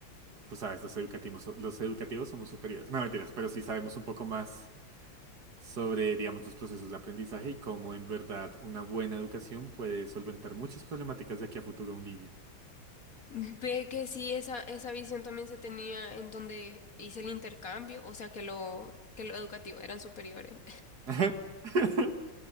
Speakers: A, on the right (about 55°); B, on the left (about 50°).
A: pues, sabes, los educativos, so- los educativos somos superiores. No, mentiras, pero sí sabemos un poco más sobre, digamos, los procesos de aprendizaje y cómo en verdad una buena educación puede solventar muchas problemáticas de aquí a futuro a un niño.
B: <laughs> Ve que sí, esa, esa visión también se tenía en donde hice el intercambio, o sea que lo, que lo educativo eran superiores,
A: <laughs>